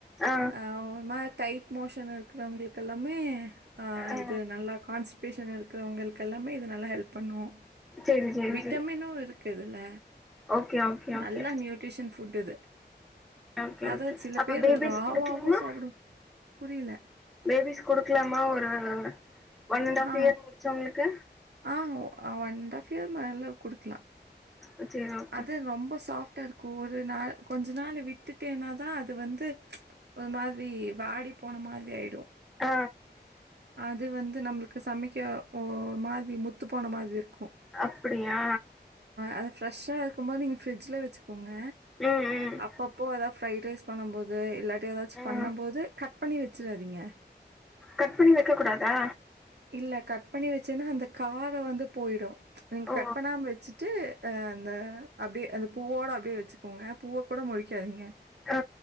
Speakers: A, in the centre; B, on the right.
A: ஆ
B: அ ஒரு மாரி டைட் மோஷன் இருக்குறவங்களுக்கு எல்லாமே
A: ஆ
B: இது நல்லா கான்ஸ் லூஸ்மோஷன் இருக்கிறவங்களுக்கு எல்லாமே இது நல்லா ஹெல்ப் பண்ணு
A: சேரி சேரி
B: விட்டமினு
A: சேரி
B: இருக் கிதுல்ல
A: ஓகே ஓகே
B: நல்ல
A: ஓகே
B: நியூட்ரிஷன் ஃபுட் இது
A: ஓகே
B: அது
A: ஓகே
B: சில
A: அப்ப
B: பேரு
A: பேபிஸ்
B: ராவாவு
A: குடுக்கலாமா
B: சாப்பிடுவா புரில
A: பேபிஸ் குடுகலாமா ஒரு one and half
B: ah
A: year முடிச்சவங்களுக்கு
B: ஆ ஒன் அண்ட் ஹாஃப் இயர் மேல்ல குடுக்லா
A: அ செரி <unintelligible>
B: அது ரொம்ப சாஃப்டா இருக்கு ஒரு நாள் கொஞ்சோ நாள் விட்டுட்டேனாதா அது வந்து ஒரு மாரி வாடி போன மாரி ஆயிடு
A: ஆ
B: அது வந்து நம்ளுக்கு சமைக்க ஒரு மாரி முத்து போன மாதிரி இருக்கு
A: அப்டியா
B: அது ஃப்ரெஷ்ஷா இருக்குபோது நீங்க ஃப்ரிட்ஜில் வச்சுக்கோங்க
A: ம் ம்
B: அப்பப்போ எதாவுது ஃப்ரைட் ரைஸ் பண்ண போது இல்லாட்டி எதாச்சு
A: ஆ
B: பண்ண போது கட்ப் பண்ணி வச்சுடாதீங்க
A: கட் பண்ணி வக்க கூடாதா
B: இல்ல கட் பண்ணி வச்சேன்னா அந்த கார வந்து போயிடு நீங்க
A: ஓ
B: கட் பண்ணாம வெச்சுட்டு ட அந்த அப்டியே அந்த பூவோட அப்டியே வச்சி <unintelligible> நீங்க பூ கூட முழக்காதீங்க
A: ஆ